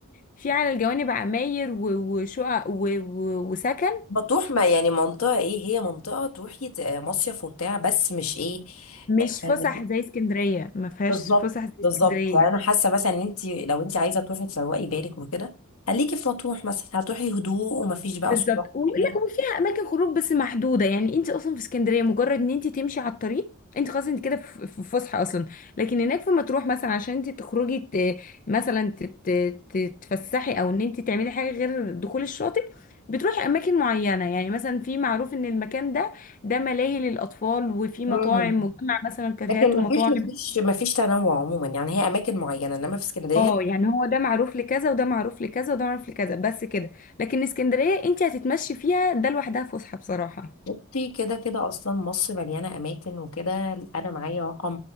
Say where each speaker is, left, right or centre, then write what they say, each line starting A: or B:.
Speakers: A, on the left; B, on the left.
A: في على الجوانب عماير و- وشقق و- و- وسكن
B: مطروح ما يعني منطقة ايه هي منطقة تروحي ت- آه، مصيف وبتاع بس مش ايه
A: مش فسح
B: آه،
A: زي اسكندريه ما فيهاش
B: بالظبط
A: فسح زي
B: بالظبط
A: اسكندريه
B: يعني انا حاسة مثلا ان انت لو انت عايزة تروحي تروقي بالك وكده خليكي في مطروح مثلا هتروحي هدوء ومفيش بقى
A: بالظبط
B: صداع
A: ولا
B: ولا
A: وفيها اماكن خروج بس محدوده يعني انت اصلا في اسكندريه مجرد ان انت تمشي على الطريق انت خلاص انت كده في في فسحه اصلا لكن هناك في مطروح مثلا عشان انت تخرجي ت... مثلا تت... تت- تتفسحي او ان انت تعملي حاجه غير دخول الشاطئ بتروحي اماكن معينه يعني مثلا في معروف ان المكان ده ده ملاهي للاطفال وفي
B: حاجة
A: مطاعم مجمع مثلا كافيهات
B: لكن ما
A: ومطاعم
B: فيش ما فيش ما فيش تنوع عموما يعني هي اماكن معينه انما في اسكندريه
A: اه يعني هو ده معروف لكذا وده معروف لكذا وده معروف لكذا بس كده لكن اسكندريه انت هتتمشي فيها ده لوحدها فسحه بصراحه
B: بصي كده كده اصلا مصر مليانه اماكن وكده انا معايا رقم